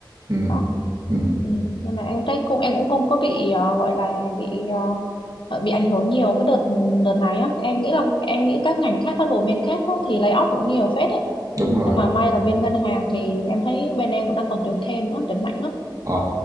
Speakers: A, on the right; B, on the left.
A: ừ
B: đó
A: ừ
B: ừ. nên là em thấy cũng em cũng không có bị ờ, gọi là bị ờ, ờ, bị ảnh hưởng nhiều cái đợt đợt này á em nghĩ là em nghĩ các ngành khác các domain khác á, thì lay off cũng nhiều phết đấy
A: đúng rồi
B: nhưng mà may là bên ngân hàng thì em thấy bên em cũng đang còn tuyển thêm nữa tuyển mạnh lắm
A: ờ